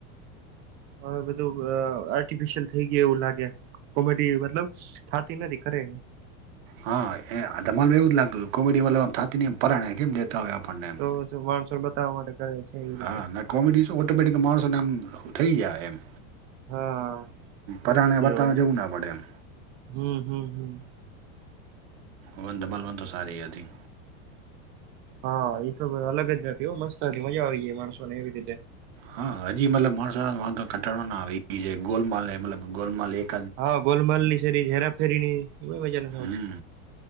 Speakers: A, on the right (about 30°); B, on the right (about 50°).
A: હવે બધું અ આર્ટફિશયલ થેઈ ગયુ એવું લાગે. કોમેડી મતલબ થાતી નથી કરે.
B: હા, ધમાલ મા એવું જ લાગતું હત કોમેડી વામ થતી ન એમ પરાણે કેમ જેતા હોય આપણને. એમ
A: તો માણસોને બતાવવા માટે કરે છે. એવી રીતે
B: હા, ના કોમેડી ઓટોમેટિક માણસો સાથેને આમ થઈ ગયા એમ.
A: હા
B: પરાણે
A: એવું નથી
B: બતાવવા
A: હવે
B: જવું ના પડે એમ.
A: હમ હમ હમ.
B: વન ધાબાલ વન તો સારી હતી.
A: હા, તો અલગ જ નથી હો મસ્ત હતી મજા આવી ગઈ માણસો ને એવી રીતે.
B: હા, હજી મતલબ માણસ વા કટ ના આવી જે ગોલમાલ મતલબ ગોલમાલ એક.
A: હા, ગોલમલની સેરી હેરાફેરીની મજા નથી
B: હમ
A: હોતી